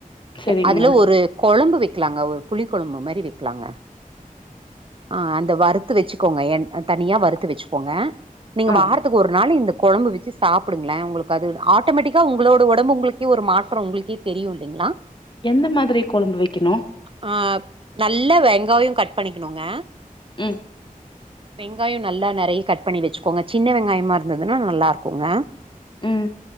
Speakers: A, on the left; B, on the right.
A: சரிங்க
B: அதுல ஒரு கொழம்பு வைக்கலாங்க ஒரு புளி கொழம்பு மாரி வை லாங்க அ அந்த வறுத்து வச்சுக்கோங்க என்க்ஷக எ தனியா வறுத்து வச்சுக்கோங்க நீங்க
A: ஆ
B: வாரத்துக்கு ஒரு நாள் இந் கொழம்பு வச்சு சாப்பிடுங்களே உங்களுக்கு அது ஆட்டோமேட்டிக்கா உங்களோட உடம்பு உங்களுக்கே ஒரு மாற்றம் உங்களுக்கே தெரியும் இல்லைங்களா
A: எந்த மாதிரி கொழம்பு வக்கணு
B: ஆ நல்லா வெங்காயம் கட் பண்ணிக்கணுங்க
A: ம்
B: வெங்காயம் நல்லா நெறையா கட் பண்ணி வச்சுக்கோங்க சின்ன வெங்காயமா இருந்ததுன்னா நல்லா இருக்குங்க
A: ம்